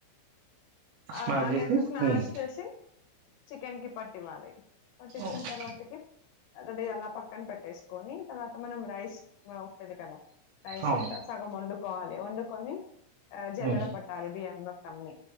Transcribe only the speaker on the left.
ఆ అనియన్
స్నాస్
చేసి చికెన్ కి పట్ టి వాలి పటిచ్చిన
తర్వాతకి ఆల్రెడీ అలా పక్కన పెట్టేసుకొని తర్వాత మనం రైస్ ఉంటది కదా రైస్
ని సగం వండుకోవాలి వండు కొని ఆ జల్లడ
పట్టాలి బియ్యం మొత్తంన్ని